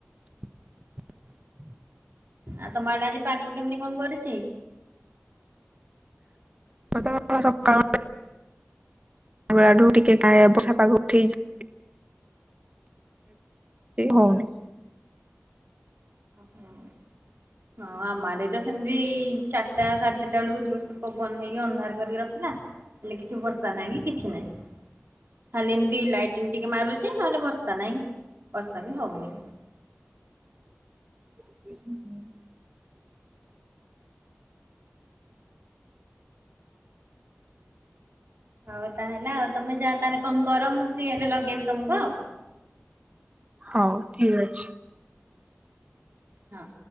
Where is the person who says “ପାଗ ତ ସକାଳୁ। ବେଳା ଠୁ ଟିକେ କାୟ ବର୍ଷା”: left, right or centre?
Right